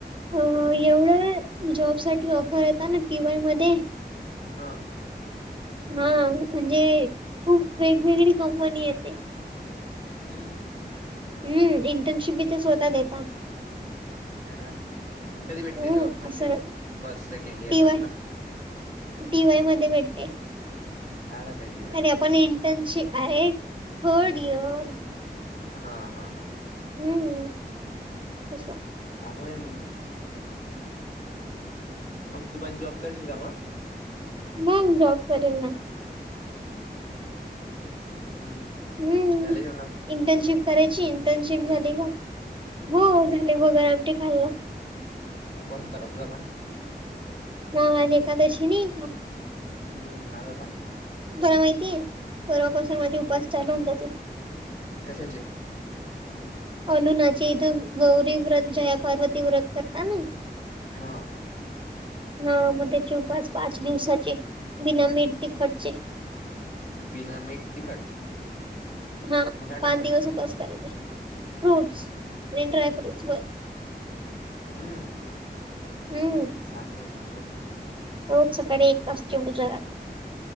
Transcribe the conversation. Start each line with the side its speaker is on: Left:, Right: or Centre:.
Right: अ एवढं जॉब साठी ऑफर यता ना टी वाय मध्ये
Left: हां.
Right: हा म्हणजे खूप वेगवेगळी कंपनी येते.
Left: हम्म.
Right: हम्म इंटर्नशिप बी ते स्वतः देता
Left: <unintelligible> कधी भेटते
Right: हम्म
Left: जॉब म्हणजे
Right: असं
Left: first second year
Right: T
Left: पासन
Right: Y टी वाय मध्ये भेटते.
Left: का राहताय टीव
Right: अरे आपण इंटर्नशि आरे थर्ड ईअर
Left: हा हा हा.
Right: हम असं.
Left: चांगलंय न मग. मग तू <unintelligible> जॉब करशील का मग?
Right: मग जॉब करीन ना
Left: हम
Right: हम्म
Left: चाले हो ना
Right: इंटर्नशिप करायची इंटर्नशिप झाली का हो झाली बघा आधी खाल्लं
Left: उपास होता का तुझा पण
Right: हो आज एकादशी नाई का
Left: हम माझा पण आहे. <unintelligible>
Right: तुम्हाला माहितीये परवापासून माझे उपास चालू होऊन जातील.
Left: कशाची
Right: अरुणाच्या इथं गौरी व्रत जया पार्वती व्रत करता नाय.
Left: हा....
Right: हा मग त्याचे उपास पाच दिवसाचे बिनामिठ तिखटचे.
Left: बिनामिठ तिखट.
Right: हा
Left: मग काय खाशील?
Right: पाच दिवस उपास करायचे फ्रूटस आणि ड्रायफूटच बस.
Left: हम हम.
Right: हम.
Left: चांगल्या चांगल्या.
Right: रोज सकाळी एक तासची देवपूजा राहते.